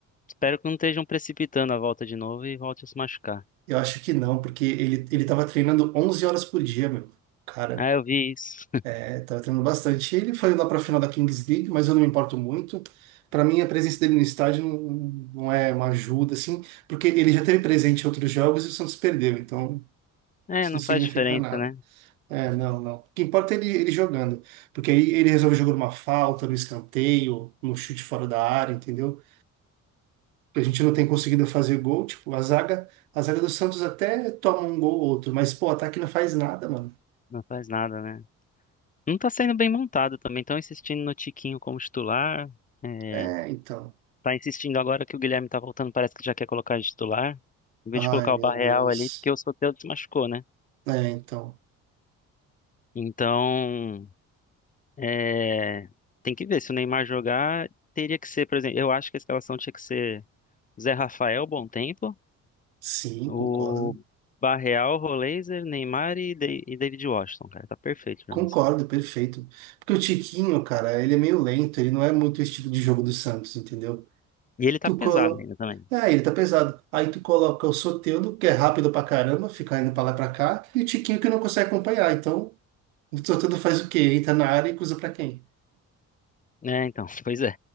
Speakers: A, on the left; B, on the right.
A: Espero que não estejam precipitando a volta de novo e volte a se machucar.
B: Eu acho que não, porque ele, ele estava treinando 11 horas por dia, meu. Cara,
A: Ah, eu vi isso. <laughs>
B: É, tá treinando bastante. Ele foi lá para a final da Kings League, mas eu não me importo muito. Para mim, a presença dele no estádio não, não é uma ajuda, assim, porque ele já teve presente em outros jogos e o Santos perdeu, então
A: É,
B: isso
A: não
B: não significa
A: faz diferença,
B: nada.
A: né?
B: É, não, não. O que importa é ele, ele jogando, porque aí ele resolve jogar uma falta, no escanteio, no chute fora da área, entendeu? A gente não tem conseguido fazer gol, tipo, a zaga, a zaga do Santos até toma um gol ou outro, mas, pô, o ataque não faz nada, mano.
A: Não faz nada, né? Não tá sendo bem montado também. Estão insistindo no Tiquinho como titular. É,
B: É, então.
A: tá insistindo agora que o Guilherme tá voltando, parece que já quer colocar de titular. Em vez
B: Ai,
A: de colocar
B: meu
A: o Barreal
B: Deus.
A: ali, porque o Soteldo se machucou, né?
B: É, então.
A: Então, é, tem que ver. Se o Neymar jogar, teria que ser, por exemplo, eu acho que a escalação tinha que ser Zé Rafael, bom tempo,
B: Sim,
A: o
B: concordo.
A: Barreal, Roleiser, Neymar e, Da- e David Washington, cara. Tá perfeito pra
B: Concordo,
A: mim.
B: perfeito. Porque o Tiquinho, cara, ele é meio lento, ele não é muito o estilo de jogo do Santos, entendeu?
A: E ele tá
B: Tu
A: pesado
B: colo...
A: ainda também.
B: Ah, ele tá pesado. Aí tu coloca o Soteldo, que é rápido pra caramba, fica indo pra lá e pra cá, e o Tiquinho que não consegue acompanhar. Então, o Soteldo faz o quê? Entra na área e cruza pra quem?
A: É, então, <laughs> pois é.